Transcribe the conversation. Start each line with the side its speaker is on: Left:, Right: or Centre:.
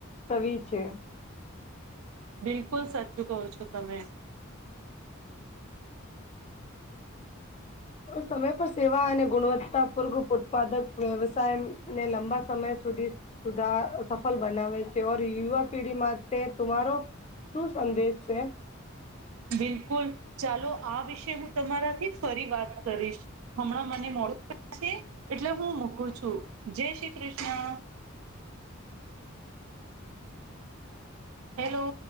Left: સવી છે
Right: બિલકુલ સાચું કહો છો તમે
Left: સમય પર સેવા અને ગુણવત્તાપૂર્વક ઉત્પાદક વ્યવસાય ને લાંબા સમય સુધી સુધા અ સફળ બનાવે છે ઓર યુવા પેઢી માટે તમારો શું સંદેશ છે.
Right: બિલકુલ ચાલો આ વિશે હું તમારાથી ફરી વાત કરીશ હમણાં મને મોડું થાય છે એટલે હું મૂકું છું જય શ્રી કૃષ્ણ હેલો